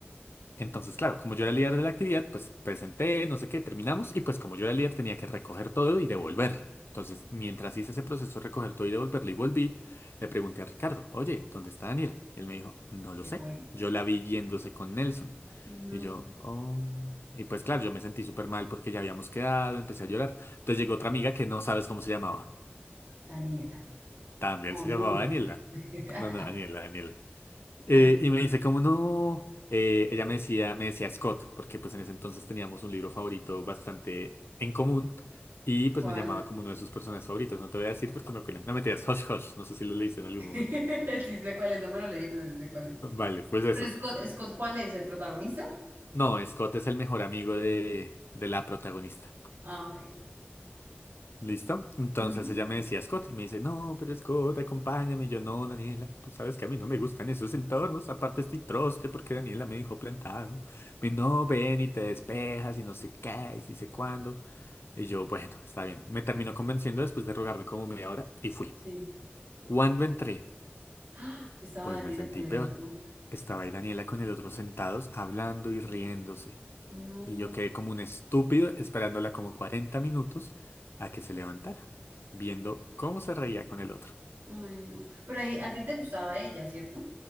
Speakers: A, on the left; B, on the right.
A: Entonces, claro, como yo era el líder de la actividad, pues presenté, no sé qué, terminamos y pues como yo era el líder tenía que recoger todo y devolverlo. Entonces, mientras hice ese proceso de recoger todo y devolverlo y volví, le pregunté a Ricardo, oye, ¿dónde está Daniela? Y él me dijo, no lo
B: se
A: sé.
B: fue.
A: Yo la vi yéndose con Nelson.
B: No,
A: Y yo, oh. Y pues claro, yo me sentí súper mal porque ya habíamos quedado, empecé a llorar. Entonces llegó otra amiga que no sabes cómo se llamaba.
B: Daniela.
A: También
B: No,
A: se
B: Luna.
A: llamaba Daniela.
B: <laughs>
A: No, no, Daniela, Daniela. Eh,
B: Ajá,
A: y me dice, como no? Eh, ella me decía, me decía Scott, porque pues en ese entonces teníamos un libro favorito bastante en común y pues
B: ¿cuál?
A: me llamaba como uno de sus personajes favoritos. No te voy a decir porque me opina. No mentiras, Hush Hush, no sé si lo leíste en algún
B: <laughs>
A: momento.
B: Sí sé cuál es, no me lo leí, pero sí sé cuál es.
A: Vale, pues eso.
B: Pero Scott, Scott, ¿cuál es? ¿El protagonista?
A: No, Scott es el mejor amigo de, de la protagonista.
B: Ah, ok.
A: ¿Listo? Entonces
B: Ujú,
A: ella me decía Scott y me dice, no, pero Scott, acompáñame. Y yo, no, Daniela, tú sabes que a mí no me gustan esos entornos. Aparte estoy troste porque Daniela me dejó plantado. Me no, ven y te despejas y no sé qué, y si sé cuándo. Y yo, bueno, está bien. Me terminó convenciendo después de rogarme como media hora y fui.
B: Sí.
A: Cuando entré,
B: ¡Ah! Estaba
A: pues
B: Daniela
A: me sentí
B: con el
A: peor.
B: otro.
A: Estaba ahí Daniela con el otro sentados, hablando y riéndose.
B: No,
A: Y yo quedé como un estúpido esperándola como 40 minutos a que se levantara, viendo cómo se reía con el otro.
B: ay, no. Pero ahí, a ti te gustaba ella, ¿cierto?